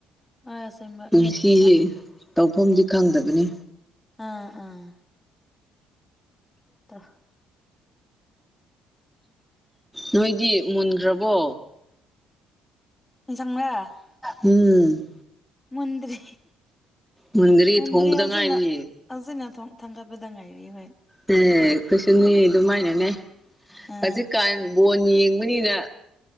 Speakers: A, on the left; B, in the centre.
A: ꯍꯣꯏ ꯑꯁꯦꯡꯕ
B: ꯄꯨꯟꯁꯤ ꯁ‌ꯦ ꯇꯧꯐꯝꯗꯤ ꯈꯪꯗꯕꯅꯤ
A: ꯑꯥ ꯑꯥ ꯇꯧ
B: ꯅꯣꯏꯗꯤ ꯃꯨꯟꯈ꯭ꯔꯕꯣ
A: ꯢꯟꯁꯥꯡꯔꯥ
B: ꯎꯝ
A: ꯃꯟꯗ꯭ꯔꯤ
B: ꯃꯨꯟꯗꯔꯤ
A: ꯃꯟꯗ꯭ꯔꯤ
B: ꯊꯣꯡꯕꯗ
A: ꯍꯧꯖꯤꯛꯅꯥ
B: ꯉꯥꯏꯔꯤꯌꯦ
A: ꯍꯧꯖꯤꯛꯅ ꯊꯥꯡꯒꯠꯄꯗ ꯉꯥꯏꯔꯤ ꯍꯣꯏ
B: ꯑꯝ ꯑꯩꯈꯣꯢꯁꯨꯅꯦ ꯑꯗꯨꯃꯥꯏꯅꯅꯦ
A: ꯑꯥ
B: ꯍꯧꯖꯤꯛꯀꯥꯟ ꯕꯣꯟ ꯌꯦꯡꯕꯅꯤꯅ